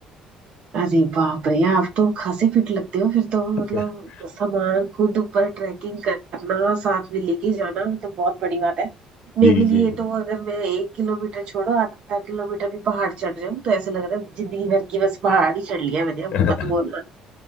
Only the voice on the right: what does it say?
अरे बाप रे आप तो खासे फिट लगते हो फिर तो
मतलब सामान खुद ऊपर ट्रैकिंग करना साथ में लेके जाना मतलब बहुत बड़ी बात है
मेरे
लिए तो अगर मैं एक किलोमीटर छोड़ो आधा किलोमीटर भी पहाड़ चढ़ जाऊं तो ऐसे लग रहा है जिंदगी भर की बस पहाड़ ही चढ़ लिया मैंने
अब मत बोलना